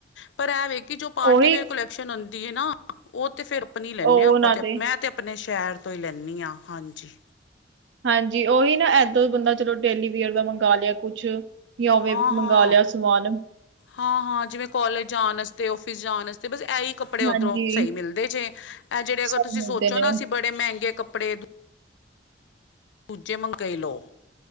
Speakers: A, on the left (about 80°); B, on the right (about 75°).
A: ਪਰ ਇਹਵੇ ਕਿ ਜੋ ਪਾਰਟੀ
B: ਉਹੀ
A: ਵੇਅਰ ਕੁਲੈਕਸ਼ਨ ਆੁਦੀ ਹੈ ਨਾ। ਉਹ ਤੇ ਫਿਰ ਆਪਣੀ ਹੀ ਲੈਂਦੇ
B: ਉਹ
A: ਹਾਂ ਆਪਾਂ
B: ਉਹਨਾਂ
A: ਤੇ
B: ਦੇ
A: ਮੈਂ ਤੇ ਆਪਣੇ ਸ਼ਹਿਰ ਤੋਂ ਹੀ ਲੈਂਨੀ ਹਾਂ ਹਾਂਜੀ।
B: ਹਾਂਜੀ, ਉਹੀ ਨਾ ਏਦੋਂ ਬੰਦਾ ਚਲੋ ਡੇਲੀਵੀਅਰ ਦਾ ਮੰਗਵਾ ਲਿਆ ਕੁਛ। ਜਾਂ ਉਵੇਂ
A: ਹਾਂ
B: ਮੰਗਵਾ
A: ਹਾਂ
B: ਲਿਆ ਸਮਾਨ।
A: ਹਾਂ-ਹਾਂ, ਜਿਵੇਂ ਕੋਲਜ ਜਾਣ ਵਸਤੇ ਔਫਿਸ ਜਾਣ ਵਾਤੇ ਬਸ ਇਹੀ। ਕੱਪੜੇ
B: ਹਾਂਜੀ
A: ਉੱਧਰੋਂ ਸਹੀ ਮਿਲਦੇ ਜੇ ਇਹ ਜਿਹੜੇ ਅਗਰ
B: ਸਭ
A: ਤੁਸੀਂ
B: ਮਿਲਦੇ
A: ਸੋਚੋ ਨਾ
B: ਨੇ
A: ਅਸੀਂ ਬੜੇ ਮਹਿੰਗੇ ਕੱਪੜੇ ਦੂਜੇ ਮੰਗਈ ਲਉ,